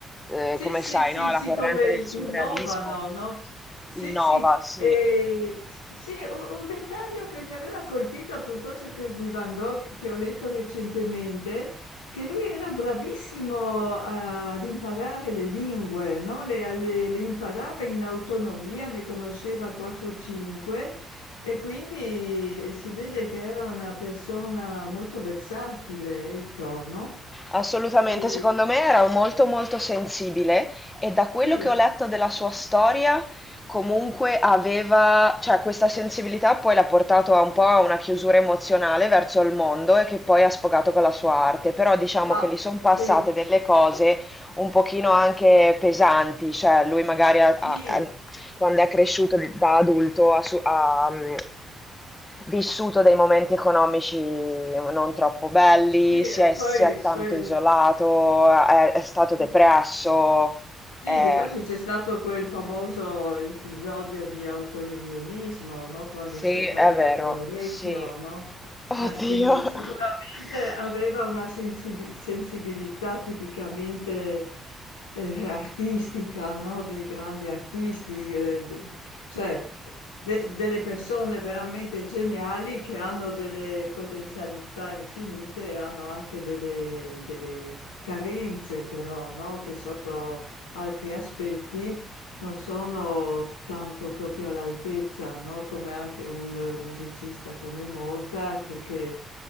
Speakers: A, on the left (about 20°); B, on the left (about 75°).
A: Eh,
B: Sì,
A: come
B: sì,
A: sai,
B: sì,
A: no?
B: sì,
A: La corrente
B: come i-
A: del surrealismo
B: innovano, no? Sì,
A: innova,
B: sì,
A: sì.
B: e s- sì, u- un dettaglio che mi aveva colpito a proposito di Van Gogh che ho letto recentemente, che lui era bravissimo a- ad imparare le lingue, no? Le, le- le imparava in autonomia, ne conosceva 4-5 e quindi si vede che era una persona molto versatile, ecco, no?
A: Assolutamente,
B: E-
A: secondo me era molto molto sensibile e da quello
B: sì,
A: che ho letto della sua storia, comunque aveva, cioè questa sensibilità poi l'ha portato a un po' a una chiusura emozionale verso il mondo e che poi ha sfogato con la sua arte, però diciamo
B: ah,
A: che gli sono passate
B: sì,
A: delle cose un pochino anche pesanti, cioè lui magari ha- ha-
B: sì,
A: ha- quando è cresciuto di- da adulto ha, su- ha, mm, vissuto dei momenti economici non troppo belli,
B: sì,
A: si
B: e
A: è, si
B: poi
A: è tanto
B: poi
A: isolato, è, è stato
B: sì.
A: depresso.
B: Sì,
A: eh.
B: difatti c'è stato quel famoso episodio di autolesionismo, no? Quando
A: Sì,
B: si è
A: è
B: tagliato
A: vero,
B: l'orecchio,
A: sì.
B: no?
A: Oddio.
B: Eh, quindi sicuramente
A: <laughs>
B: aveva una sensibi- sensibilità tipicamente eh, artistica, no? Dei grandi artisti, eh, de- cioè de- delle persone veramente geniali che hanno delle potenzialità infinite e hanno anche delle, delle carenze, però, no? Che sotto altri aspetti non sono tanto proprio all'altezza, no? Come anche un musicista come Mozart che